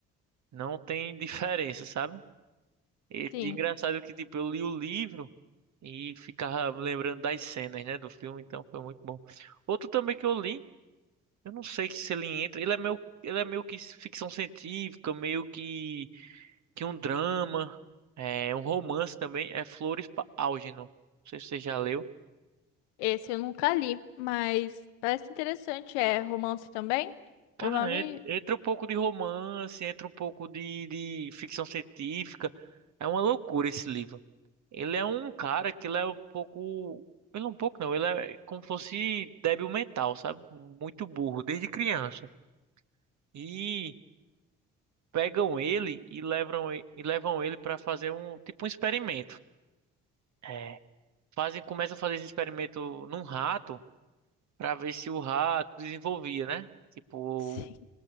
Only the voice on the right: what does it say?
Não tem <laughs> diferença, sabe? E
engraçado que, tipo, eu li o livro e ficava lembrando das cenas, né, do filme, então foi muito bom. Outro também que eu li, eu não sei se ele entra, ele é meio, ele é meio que ficção científica, meio que, que um drama, é um romance também, é Flores para Algernon. Não sei se você já leu.
Cara,
en- entra um pouco de romance, entra um pouco de, de ficção científica. É uma loucura esse livro. Ele é um cara que ele é um pouco. Ele é um pouco não, ele é como se fosse débil mental, sabe? Muito burro, desde criança. E pegam ele e levam, e- e levam ele para fazer um tipo um experimento. É, fazem, começam a fazer esse experimento num rato para ver se o rato desenvolvia, né? Tipo,